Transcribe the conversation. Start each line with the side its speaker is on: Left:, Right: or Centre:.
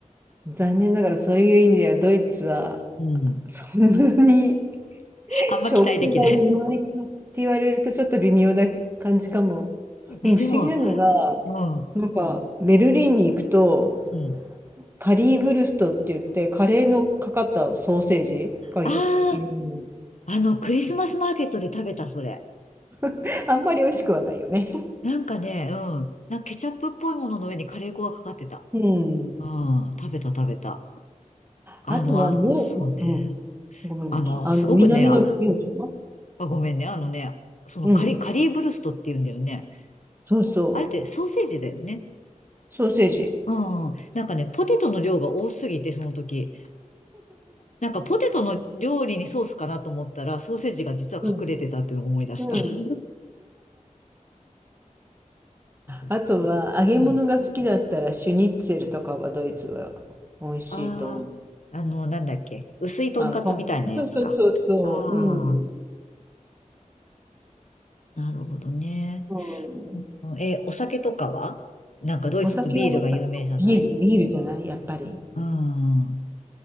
Right: 残念ながらそういう意味ではドイツは
Left: うん。
Right: そんなに <laughs>
Left: あんま期待できない。
Right: 食がうまいかって言われるとちょっと微妙な感じかも。
Left: <laughs>
Right: でも不思議なのが、
Left: え、でも、うん。う
Right: なんかベルリンに行くと
Left: ん。
Right: カリーブルストって言ってカレーのかかったソーセージがいいる。
Left: ああ、あの、クリスマスマーケットで食べた、それ。
Right: <laughs> あんまり美味しくはないよね。
Left: なんかね、うん。なんかケチャップっぽいものの上にカレー粉がかかってた。
Right: うん。
Left: うん。食べた、食べた。あの、
Right: あとは、
Left: あ、
Right: ムーうん。
Left: そうね。
Right: ごめんごめん。
Left: あの、
Right: あの、
Left: すごくね、
Right: 南のミューンか
Left: あ、あごめんね。あのね、そのカリ、
Right: うん。
Left: カリーブルストって言うんだよね。
Right: そうそう。
Left: あれってソーセージだよね。
Right: ソーセージ。
Left: うん、なんかね、ポテトの量が多すぎて、その時。なんかポテトの料理にソースかなと思ったら、ソーセージが実は隠れてたっていうのを思い出した。
Right: うん。うん。
Left: <laughs> そう
Right: あとは、揚げ物が好きだったら、
Left: うん。
Right: シュニッツェルとかはドイツは美味しいと思う。
Left: ああ、あの、なんだっけ。薄いとんかつみたいなやつか。
Right: あの、とんそうそうそうそう。
Left: あ
Right: うん。
Left: あ、なるほどね。
Right: うん。
Left: うんえ、お酒とかはなんかドイツってビールが有名じゃない
Right: お酒はやっぱビール、ビールじゃないやっぱり。
Left: うん。